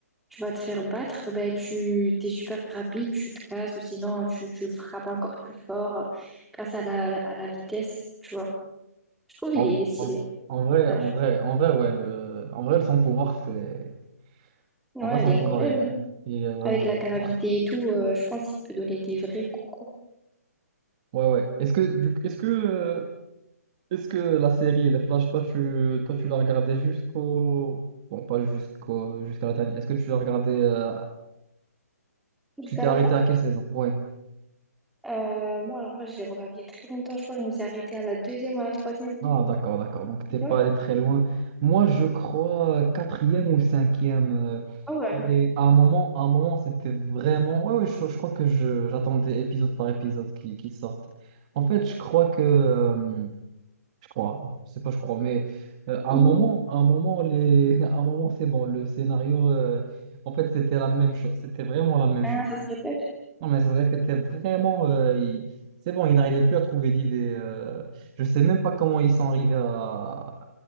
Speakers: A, in the centre; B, on the right.
A: tu vas te faire battre, ben, tu t'es super rapide, tu te casses, ou sinon tu, tu le frappes encore plus fort euh, grâce à la, à la vitesse, tu vois. Je trouve il
B: en,
A: est, il est stylé.
B: en- en vrai,
A: Flash.
B: en vrai, en vrai, ouais. le- en vrai, son pouvoir, c'est.
A: Ouais,
B: En vrai, son
A: elle est
B: pouvoir,
A: incroyable.
B: il est,
A: hein.
B: il est vraiment.
A: Avec la gravité
B: Ouais,
A: et tout, euh, je pense qu'il peut donner des vrais coups, quoi.
B: ouais. ouais. Est-ce que, du- est-ce que, euh, Est-ce que la série des Flash, toi tu, toi, tu l'as regardée jusqu'au... Bon, pas jusqu'au, jusqu'à la dernière. Est-ce que tu l'as regardée... euh,
A: Jusqu'à
B: Tu t'es
A: la
B: arrêté
A: fin.
B: à quelle saison? Ouais.
A: Euh, moi, alors là, je l'ai regardé il y a très longtemps, je crois. que Je me suis arrêtée à la deuxième, à la troisième.
B: Ah, d'accord, d'accord. Donc,
A: Tu
B: t'es pas
A: vois?
B: allé très loin. Moi, je crois euh, quatrième ou cinquième. euh,
A: Ah ouais.
B: Et à un moment, à un moment, c'était vraiment... Ouais, ouais, je, je crois que je, j'attendais épisode par épisode qui, qui sortent. En fait, je crois que... euh, Je crois, je sais pas, je crois, mais euh, à
A: Mhm.
B: un moment, à un moment, les... <laughs> à un moment, c'est bon, le scénario, euh, en fait, c'était la même chose, c'était vraiment la même
A: Ah,
B: chose.
A: ça se répète.
B: Non, mais ça se répétait vraiment, euh, il- c'est bon, ils n'arrivaient plus à trouver d'idées. euh, Je sais même pas comment ils sont arrivés à,